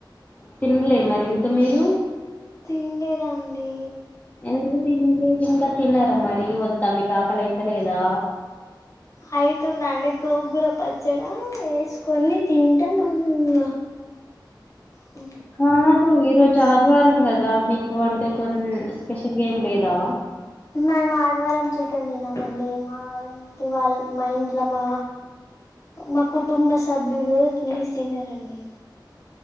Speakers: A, on the left (about 20°); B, on the left (about 40°).
A: తినలే మరి ఇంక మీరు
B: తిన్ లేదండి
A: ఎందుకుతే ఇంది ఇంకా తిన్నారా మరి వద్దా మీ కా ఆకలియితే లేదా
B: అవుతుందండి గోగుర పచ్చడా వేసుకొని తింటాం అసంగా <unintelligible>
A: కాదు ఈ రోజు ఆదివారం కాద కదా మీకు అంటే కొ స్పెషల్ గేమ్ లేదా
B: మేము ఆదివారం తినమండి మా ఇంటి వాళ్ళ మా ఇంట్లో మా మా కుటుంబ సభ్యులు నీస్ తినరండి అండి